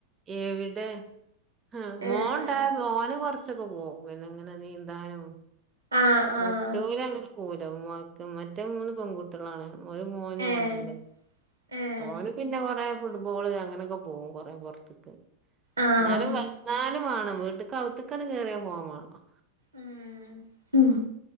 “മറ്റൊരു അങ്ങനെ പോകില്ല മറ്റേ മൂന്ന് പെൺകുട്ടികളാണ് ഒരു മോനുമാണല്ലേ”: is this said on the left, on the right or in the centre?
Right